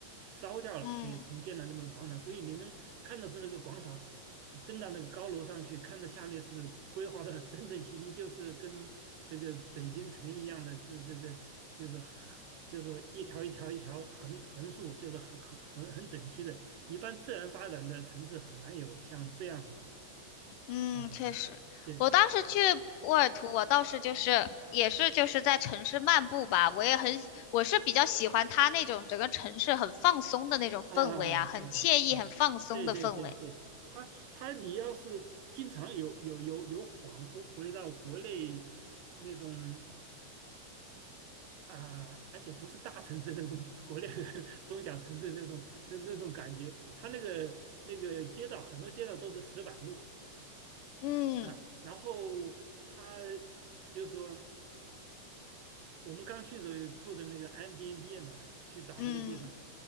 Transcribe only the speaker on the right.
烧掉了，
所以重建了那么个广场，所以你能看得出那个广场，登到那个高楼上去，看到下面是规划的整整齐齐，就是跟这个北京城一样的是这个，就是横就是一条一条一条横横竖，就是很很很很整齐的。一般自然发展的城市很难有像这样子的嘛。
啊，
对。
啊啊啊啊！
啊！
啊对对对对，他他你要是经常有有有有恍惚回到国内那种啊，而且不是大城市那种国内的 <laughs> 中小城市那种那那种感觉，他那个那个街道很多街道都是石板路
啊，然后他就说我们刚去的住的那个 Airbnb 嘛，去找那个地方。